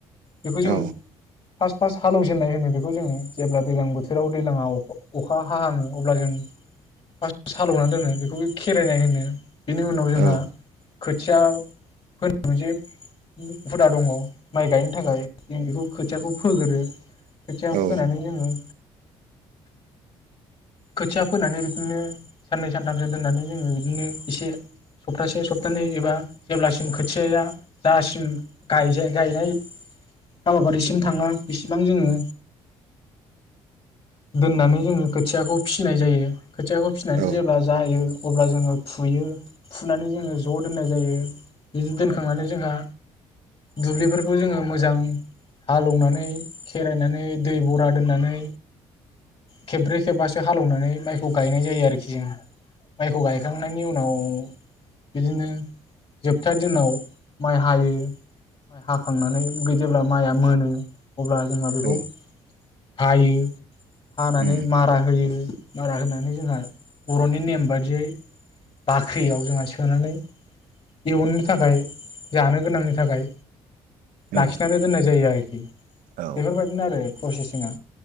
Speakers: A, on the left; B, on the right.
A: बेखौ जों
B: औ
A: फार्स्ट फास्ट हालेजेननाय होनो बेखौ जोङो जेब्ला दैज्लां बोथोराव दैलाङा अखा हाहाङो अब्ला जों फार्स्ट हालौवनानै दोनो बेखौ खेरायनाय होनो। बिनि उनाव जोंहा
B: औ
A: खोथिया फोनो जे हुदा दङ माइ गाइ नो थाखाय जों बेखौ खोथियाखौ फोगोरो खोथिया
B: औ
A: फोनानै जोङो खोथिया फोनानै बिदिनो साननै सानथामसो दोननानै जोङो बिदिनो एसे सप्तासे सप्तानै एबा जेब्लासिम खोथियाया दासिम गायजाय गायनाय हाबाफारिसिम थाङा बेसिबां जोङो दोननानै जोङो खो फिसिनाय जायो। खोथियाखौ फिसिनानै
B: औ
A: जेब्ला जायो अब्ला जोङो फुयो फुनानै जोङो ज' दोननाय जायो। बिदि दोनखांनानै जोंहा दुब्लिफोरखौ जोङो मोजां हालौवनानै खेरायनानै दै बरा नानै खेबब्रै खेबबासो हालेवनानै माइखौ गायनाय जायो आरोखि जों। माइखौ गायखांनायनि उनाव बिदिनो जोबथा दिनाव माइ हायो माइ हाखांनानै जेब्ला माइआ मोनो अब्ला जोंहा बेखौ
B: औ
A: हायो। हानानै
B: उम
A: मार रा होयो मारा होनानै जोंहा बर'नि नेम बादियै बाख्रियाव जोंहा सोनानै इयुननि थाखाय जानो गोनांनि थाखाय लाखिनानोय
B: औ
A: दोन्नाय जायो ओरो खि।
B: औ
A: बेफोर बायदिनो आरो प्रसेसिंआ।